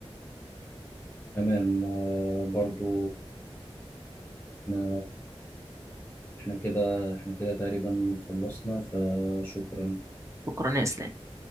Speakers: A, on the left; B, on the right.
A: تمام آه، برضو احنا احنا كده احنا كده تقريبا خلصنا فشكرا
B: شكرا يا اسلام